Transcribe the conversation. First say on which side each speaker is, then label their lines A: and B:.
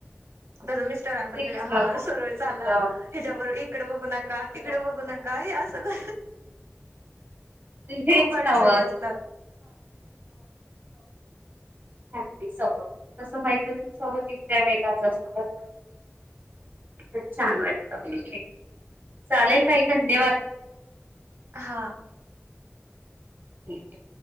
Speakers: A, on the right (about 75°); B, on the right (about 45°).
A: तस मिस सरळ
B: तेच ना खूप खूप
A: चाला
B: मजा
A: ह्याच्या वर इकडं बघू नका
B: वाटते.
A: तिकडं बघू नका हे असं <inaudible>
B: ते हेच
A: खूप अडचणी
B: नावाज
A: असतात
B: फॅमिली सग तसं माहित सव्वा तीन च्या वेगाचा असतो बर का खूप छान वाटतं चालेल ताई धन्यवाद
A: हा
B: ह